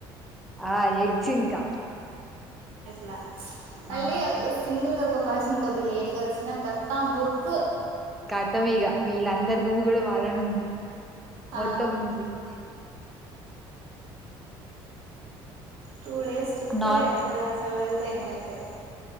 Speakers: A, in the centre; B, on the right.
A: ఆ ఎగ్స్ ఇంకా
B: లా మళ్లీ
A: ఆ
B: ఓ ఒక సింగిల్ గా ఒక పర్సన్ కొద్దిగా లేటుగా వచ్చినా ఖతం బుక్
A: ఖతం ఇగ వీళ్ళందరు గుమీగూడి వాళ్ళను
B: ఆ
A: మొత్తం ముంచిరు
B: టూ డేస్ చుక్కలే
A: నా
B: అక్కడ అసల్ వెళ్తే నేనైతే